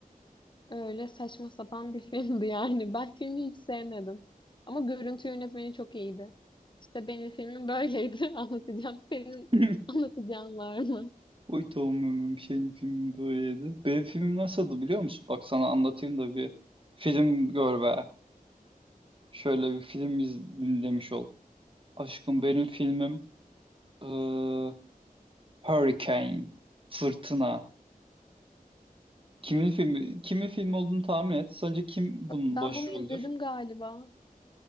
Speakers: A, on the left; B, on the right.
A: Öyle saçma sapan bir <laughs> filmdi yani. Ben filmi hiç sevmedim. Ama görüntü yönetmeni çok iyiydi. İşte benim filmim böyleydi. <laughs> Anlatacağım. Senin
B: <laughs>
A: anlatacağın var mı?
B: Oy tamam ömrüm senin filmi böyleydi. Benim filmim nasıldı biliyor musun? Bak sana anlatayım da bir film gör be. Şöyle bir film iz dinlemiş ol. Aşkım benim filmim eee, Hurricane. Fırtına. Kimin filmi, kimin filmi olduğunu tahmin et. Sence kim bunun
A: Ben
B: başrolüdür?
A: bunu izledim galiba.